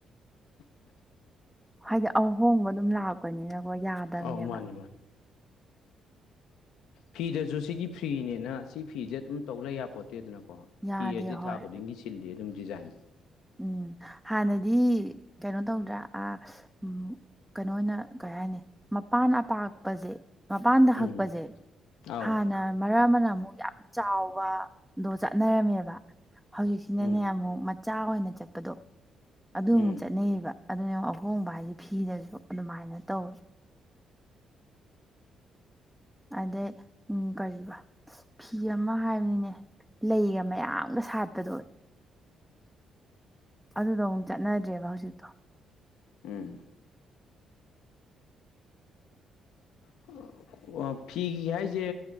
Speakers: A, on the left; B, in the centre.
A: <inaudible>
B: ꯍꯥꯏꯗꯤ ꯑꯍꯣꯡꯕ ꯑꯗꯨꯝ ꯂꯥꯛꯄꯅꯤꯅꯀꯣ ꯌꯥꯗꯕꯅꯦꯕ
A: ꯑꯧ ꯃꯥꯅꯤ ꯃꯥꯅꯤ ꯐꯤꯗꯁꯨ ꯁꯤꯒꯤ ꯐꯤꯅꯦꯅ ꯁꯤ ꯐꯤꯤꯁꯦ ꯑꯗꯨꯝ ꯇꯧ ꯂꯩ ꯌꯥꯄꯣꯠꯇꯦꯗꯅꯀꯣ
B: ꯌꯥꯗꯦ
A: ꯐꯤ ꯑꯁꯤ
B: ꯍꯣꯏ
A: ꯊꯥ ꯈꯨꯗꯤꯡꯒꯤ ꯁꯤꯜꯂꯤ ꯑꯗꯨꯝ ꯗꯤꯖꯥꯏꯟꯁꯦ
B: ꯎꯝ ꯍꯥꯟꯅꯗꯤ ꯀꯩꯅꯣ ꯇꯧꯗ꯭ꯔꯥ ꯑ ꯎꯝ ꯀꯩꯅꯣ ꯑꯣꯏꯅ ꯀꯩ ꯍꯥꯏꯅꯤ ꯃꯄꯥꯟ ꯑꯄꯥꯛꯄꯁꯦ ꯃꯄꯥꯟꯗ ꯍꯛꯄꯁꯦ
A: ꯎꯝ ꯑꯥꯎ
B: ꯍꯥꯟꯅ ꯃꯔꯛ ꯑꯃꯅ ꯑꯃꯨꯛ ꯌꯥꯝ ꯆꯥꯎꯕꯗꯣ ꯆꯠꯅꯔꯝꯃꯦꯕ ꯍꯧꯖꯤꯛꯁꯤꯅꯅꯦ
A: ꯎꯝ
B: ꯑꯃꯨꯛ ꯃꯆꯥ ꯑꯣꯏꯅ ꯆꯠꯄꯗꯣ ꯑꯗꯨ ꯑꯃꯨꯛ
A: ꯎꯝ
B: ꯆꯠꯅꯩꯑꯌꯦꯕ ꯑꯗꯨꯅ ꯑꯍꯣꯡꯕ ꯍꯥꯏꯗꯤ ꯐꯤꯗꯁꯨ ꯑꯗꯨꯃꯥꯏꯅ ꯇꯧꯋꯤ ꯑꯗꯩ ꯎ ꯀꯔꯤꯕ ꯐꯤ ꯌꯥꯝ ꯑꯃ ꯍꯥꯏꯕꯅꯤꯅꯦ ꯂꯩꯒ ꯃꯌꯥꯝꯒ ꯁꯥꯠꯄꯗꯣ ꯑꯗꯨꯗꯣ ꯑꯃꯨꯛ ꯆꯠꯅꯗ꯭ꯔꯦꯕ ꯍꯧꯖꯤꯛꯇꯣ
A: ꯎꯝ <unintelligible> ꯐꯤꯒꯤ ꯍꯥꯏꯁꯦ